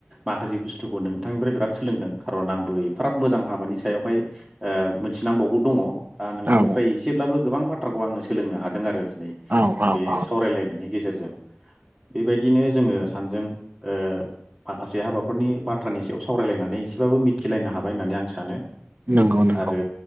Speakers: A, on the right; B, on the right.
A: माखासे बुस्थुखौ नोंथांनिफ्राय बिराद सोलोंदों खारन आंबो एफाराद मोजां हाबानि सायावहाय मिथिनांबावगौ दङ दा नोंथांनिफ्राय
B: औ औ
A: एसेब्लाबो गोबां बाथ थ्राखौ आङो सोलोंनो हादों आरो दिनै
B: औ औ
A: बे
B: औ
A: सावरायलायनायनि गेजेरजों। बेबायदिनो जोङो सानजों ओ माखासे हाबाफोरनि बाथ्रानि सायाव सावरायलायनानै एसेबाबो मिथिलायनो हाबाय होननानै आं सानो।
B: नंगौ नंगौ
A: आरो